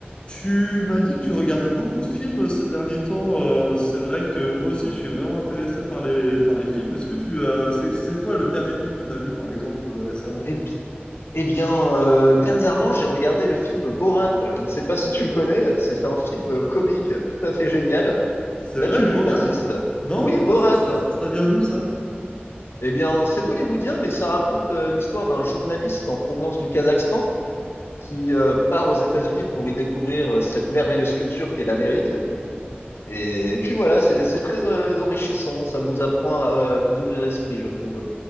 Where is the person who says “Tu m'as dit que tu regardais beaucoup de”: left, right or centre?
Left